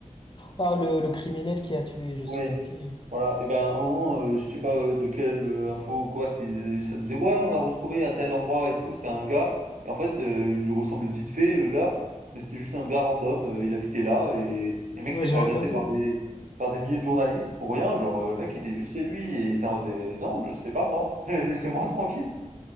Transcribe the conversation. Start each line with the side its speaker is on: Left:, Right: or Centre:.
Left: ah le le criminel qui a tué je sais
Right: Oui,
Left: pas qui
Right: voilà et ben, à un moment, heu, je sais pas, heu, de quelle, heu, info ou quoi, c'est ça disait: «Ouais, on l'a retrouvé à tel endroit et tout». C'était un gars et en fait, heu, il lui ressemblait vite fait le gars, mais c'était juste un gars random, heu, il habitait là et et le mec
Left: ouais
Right: s'est
Left: j'ai
Right: fait
Left: regardé
Right: agresser par des par des milliers de journalistes pour rien, genre, heu, le mec était juste chez lui et il était en mode: «Beh, non, je c'est pas moi, <laughs> laissez-moi tranquille».